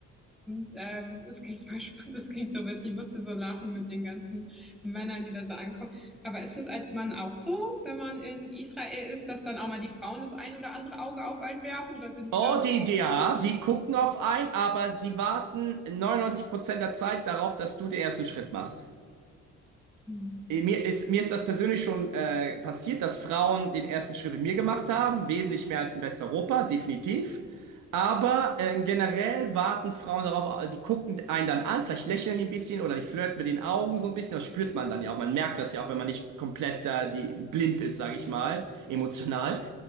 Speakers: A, in the centre; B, on the right.
A: Und ähm, es klingt voll spannend, es klingt so witzig. Ich musste so lachen mit den ganzen Männern, die da so ankommen. Aber ist es als Mann auch so, wenn man in Israel ist, dass dann auch mal die Frauen das ein oder andere Auge auf einen werfen? Oder sind
B: Oh,
A: die da so?
B: die DA, die gucken auf einen, aber sie warten 99% der Zeit darauf, dass du den ersten Schritt machst.
A: Mhm.
B: Eh, Mir ist, mir ist das persönlich schon äh, passiert, dass Frauen den ersten Schritt mit mir gemacht haben, wesentlich mehr als in Westeuropa, definitiv. Aber äh, generell warten Frauen darauf, äh, die gucken einen dann an, vielleicht lächeln die ein bisschen oder die flirten mit den Augen so ein bisschen. Das spürt man dann ja auch. Man merkt das ja auch, wenn man nicht komplett da die, blind ist, sage ich mal, emotional.